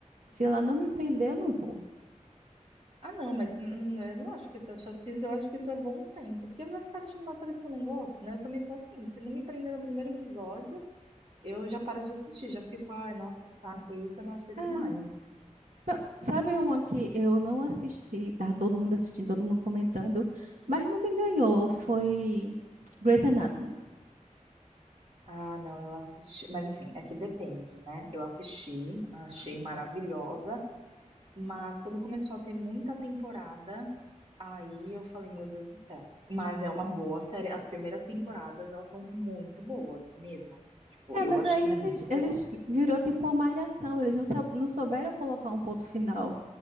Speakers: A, on the right; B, on the right.
A: se ela não me prender, eu não vou.
B: Ah, não, mas hum, eu não acho que isso é chatice, eu acho que isso é bom senso, porque vai ficar assistindo uma série que você não gosta, né? Eu também sou assim, se não me prender no primeiro episódio. Eu já paro de assistir, já fico, ai, nossa, que saco isso, eu não assisto
A: Ah,
B: mais.
A: pronto. Sabe uma que eu não assisti, tá todo mundo assistindo, todo mundo comentando, mas não me ganhou, foi Grey's Anatomy.
B: Ah, não, eu assisti. Mas enfim, é que depende, né? Eu assisti, achei maravilhosa, mas quando começou a ter muita temporada, aí eu falei, meu Deus do céu. Mas é uma boa série. As primeiras temporadas, elas são muito boas, mesmo assim. Tipo,
A: É,
B: eu
A: mas
B: achei
A: aí
B: muito
A: eles,
B: boa.
A: eles virou tipo uma malhação, eles não, sab- não souberam colocar um ponto final.